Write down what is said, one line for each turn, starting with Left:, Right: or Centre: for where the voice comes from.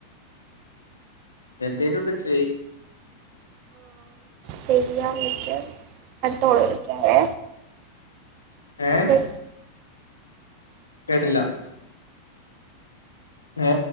Left: എന്തേലൊക്കെ ചെയ്
Right: ചെയ്യാംനിക്ക് അടുത്തോള് വിളിക്കാവേ
Left: ഏ
Right: ശരി
Left: കേട്ടില്ല ഏ